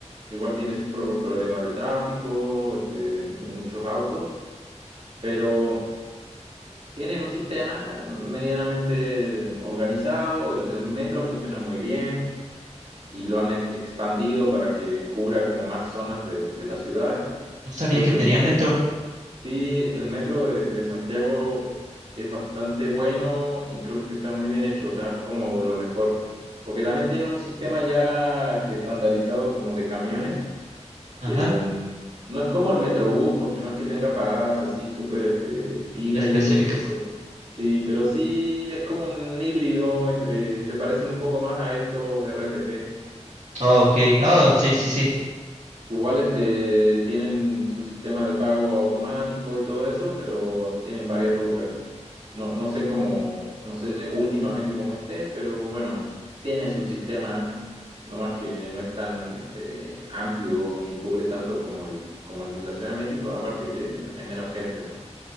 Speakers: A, on the right; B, on the right.
A: igual tiene sus propios problemas de tráfico, este, de, de muchos autos, pero tienen un sistema medianamente organizado, el, el metro funciona muy bien y lo han ex- expandido para que cubra como más zonas de, de la ciudad.
B: No sabía
A: Creo
B: que
A: que
B: tenía
A: el metro,
B: metro.
A: Sí, el metro de, de Santiago eh, es bastante bueno y creo que está muy bien hecho, o sea, es como de lo mejor, porque también tienen un sistema ya este, estandarizado como de camiones,
B: Ajá,
A: que mm, no es como el Metrobús, porque no es que tenga paradas así súper este, fijas
B: específicas.
A: y eso, pero sí, pero sí es como un híbrido entre, se parecen un poco más a estos R T P.
B: Oh, ok. Oh, sí, sí, sí.
A: Igual este, tienen su sistema de pago automático y todo eso, pero tienen varias rutas. No, no sé cómo, no sé últimamente cómo estén, pero bueno, tiene su sistema, nomás que no es tan este, amplio ni cubre tanto como el, como el de la Ciudad de México, aparte que hay menos gente, ¿no?